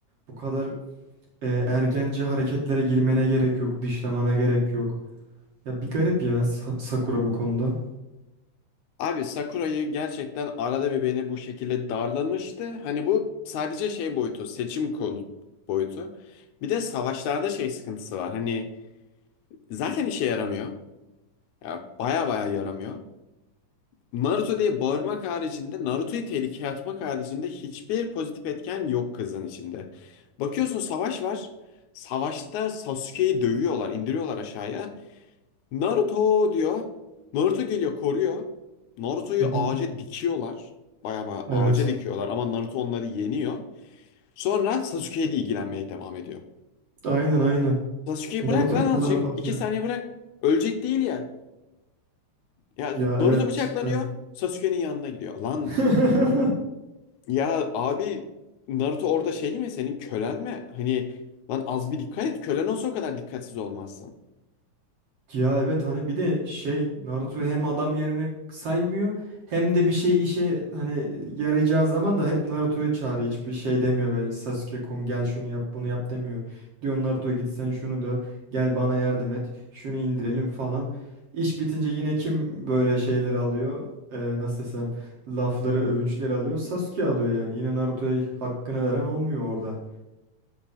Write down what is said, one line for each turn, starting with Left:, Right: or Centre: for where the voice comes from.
Right: Bu kadar e, ergence hareketlere girmene gerek yok. Dışlamana gerek yok. Ya bir garip ya Sa- Sakura bu konuda.
Left: Abi Sakura'yı gerçekten arada bir beni bu şekilde darlamıştı. Hani bu sadece şey boyutu, seçim konu boyutu. Bir de savaşlarda şey sıkıntısı var. Hani zaten işe yaramıyor. Ya baya baya yaramıyor. Naruto diye bağırmak haricinde, Naruto'yu tehlikeye atmak haricinde hiçbir pozitif etken yok kızın içinde. Bakıyorsun savaş var. Savaşta Sasuke'yi dövüyorlar, indiriyorlar aşağıya. Naruto diyor. Naruto geliyor, koruyor. Naruto'yu
Right: Hı hı.
Left: ağaca dikiyorlar. Baya baya
Right: Evet.
Left: ağaca dikiyorlar ama Naruto onları yeniyor. Sonra Sasuke'ye de ilgilenmeye devam ediyor.
Right: Aynen aynen.
Left: Sasuke'yi
Right: Naruto
Left: bırak lan
Right: kullanıp
Left: azıcık.
Right: atıyor.
Left: iki saniye bırak. Ölecek değil ya. Ya
Right: Ya
Left: Naruto
Right: evet
Left: bıçaklanıyor.
Right: cidden.
Left: Sasuke'nin yanına gidiyor. Lan
Right: <laughs>
Left: Ya abi Naruto orada şey değil mi senin kölen mi? Hani lan az bir dikkat et kölen olsa o kadar dikkatsiz olmazsın.
Right: Ya evet hani bir de şey Naruto'yu hem adam yerine saymıyor hem de bir şey işe hani yarayacağı zaman da hep Naruto'yu çağırıyor. Hiçbir şey demiyor böyle Sasuke-kun gel şunu yap bunu yap demiyor. Diyor Naruto git sen şunu döv gel bana yardım et şunu indirelim falan. İş bitince yine kim böyle şeyleri alıyor Ee, nasıl desem lafları övünçleri alıyor Sasuke alıyor yani. Yine Naruto'ya hakkını veren olmuyor orada.